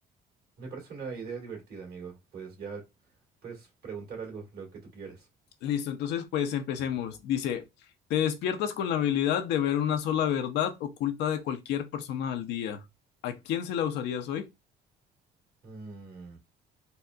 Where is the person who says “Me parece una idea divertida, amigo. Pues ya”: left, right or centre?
Right